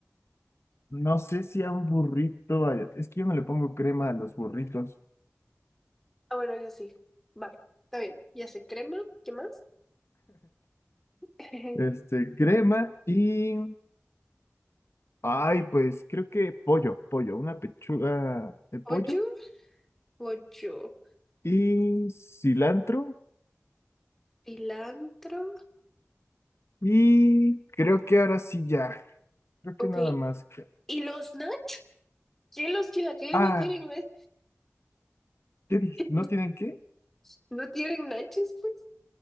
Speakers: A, on the left (about 60°); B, in the centre.
A: No sé si a un burrito, ay, es que yo no le pongo crema a los burritos.
B: Ah, bueno, yo sí. Va, está bien. Ya sé, crema, ¿qué más? <laughs>
A: Este, crema y, ay, pues creo que pollo, pollo, una pechuga de pollo
B: Pollo, pollo,
A: y cilantro
B: cilantro.
A: y creo que ahora sí ya, creo que
B: Ok.
A: nada más. que-
B: ¿Y los nachos? ¿Qué los chilaquiles
A: Ah,
B: no tienen, na-
A: ¿qué dije?
B: <laughs>
A: ¿No tienen qué?
B: no tienen nachos, pues?